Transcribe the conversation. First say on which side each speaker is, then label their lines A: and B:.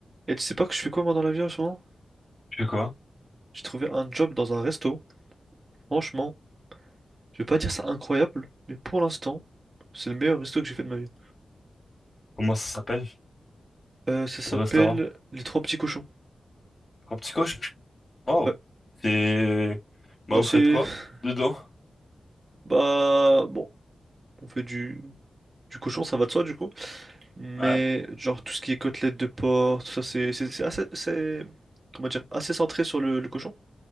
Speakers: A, on the right; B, on the left.
A: Et tu sais pas que je fais quoi moi dans la vie en ce moment?
B: c'est quoi?
A: J'ai trouvé un job dans un resto. Franchement, je vais pas dire ça incroyable, mais pour l'instant, c'est le meilleur resto que j'ai fait de ma vie.
B: Comment ça s'appelle?
A: Euh, ça s'appelle
B: Le restaurant?
A: Les Trois Petits Cochons.
B: Un petit coche? Wow!
A: Ouais.
B: C'est... Bah
A: Bah
B: vous
A: c'est...
B: faites quoi?
A: <laughs>
B: Dedans?
A: Bah bon, on fait du... du cochon, ça va de soi du coup. Mais
B: Ouais?
A: genre tout ce qui est côtelettes de porc, tout ça c'est c'est c'est assez... c'est- Comment dire? Assez centré sur le, le cochon.